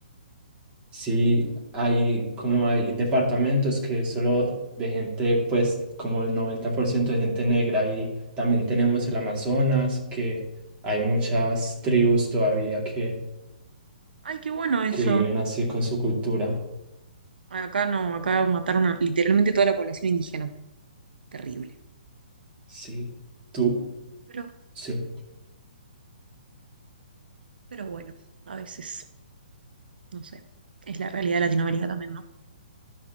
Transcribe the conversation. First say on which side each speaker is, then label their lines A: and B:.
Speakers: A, on the right; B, on the right.
A: Sí, hay como hay departamentos que es solo de gente, pues como el 90% de gente negra y también tenemos el Amazonas, que hay muchas tribus todavía que,
B: Ay, qué bueno eso.
A: que viven así con su cultura.
B: Acá no, acá mataron a literalmente toda la población indígena. Terrible.
A: Sí, tú,
B: Pero,
A: sí,
B: pero bueno, a veces, no sé. Es la realidad de Latinoamérica también, ¿no?